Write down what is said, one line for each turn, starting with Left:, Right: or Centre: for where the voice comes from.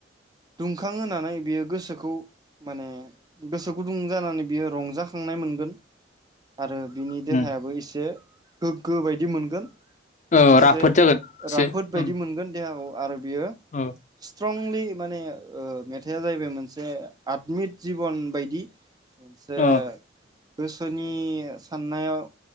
Right: दुंखां होनानै बेयो गोसोखौ माने गोसो गुदुं जानानै बियो रंजाखांनाय मोनगोन आरो बिनि देहायाबो
Left: उम
Right: एसे गोग्गो बायदि मोनगोन
Left: औ
Right: एसे
Left: राफोद जागोन एसे
Right: राफोद बायदि
Left: उम
Right: मोनगोन देहाखौ आरो बेयो
Left: औ
Right: स्ट्रंलि माने ओ मेथाइआ जाहैबाय मोनसे आदमिद जिबन बायदि मोनसे
Left: औ
Right: गोसोनि साननायाव